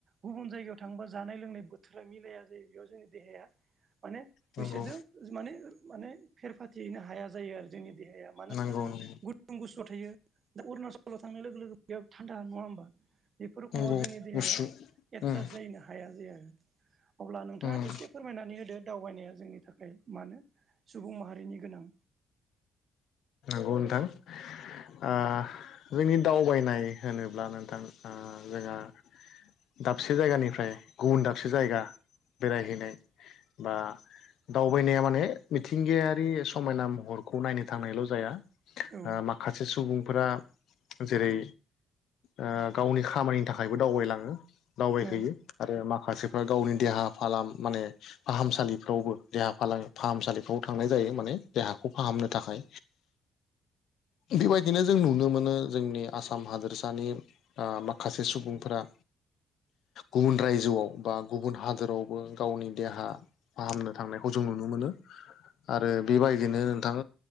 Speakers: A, on the right; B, on the left.
A: गुबुन जायगायाव थांङोबा जानाय लोंनाय बोथोरा मिलाया जायो बेयाव जोंनि देहाया माने
B: नंगौ
A: बिसोरजों माने माने फेर फाथिहैनो हाया जायो आरो जोंनि देहाया मानोना
B: नंगौ
A: जोङो
B: नंगौ
A: गुदुं गुसुआव थायो दा अरुणाचलाव थांनाय लोगो लोगो बेयाव थान्दा नङा होमबा। बेफोर रोखोमाव
B: नंगौ
A: जोंनि देहाया
B: गुसु
A: एडजास्ट
B: उम
A: जाहैनो हाया जाया आरो। अब्ला नोंथाङा
B: उम
A: एसे फोरमायनानै होदो दावबायनाया जोंनि थाखाय मानो सुबुं माहारिनि गोनां।
B: औ नोंथां आ जोंनि दावबायनाय होनोब्ला आ नोंथां जोंहा दाबसे जायगानिफ्राय गुबुन दाबसे जायगा बेरायहैनाय बा दावबायनाया माने मिथिंगायारि समायना महरखौ नायनो थांनायल' जाया।
A: औ
B: ओ माखासे सुबुंफोरा जेरै ओ गावनि खामानिनि थाखायबो दावबायलाङो दावबायहैयो।
A: औ
B: आरो माखासेफ्रा गावनि देहा फालाम माने फाहामसालिफ्रावबो देहा फालाम फाहामसालिफ्राव थांनाय जायो माने देहाखौ फाहामनो थाखाय। बेफोरबायदिनो जों नुनो मोनो जोंनि आसाम हादोरसानि ओ माखासे सुबुंफोरा गुबुन रायजोआव बा गुबुन हादोरावबो गावनि देहा फाहामनो थांनायखौ जों नुनो मोनो आरो बेबायदिनो नोंथां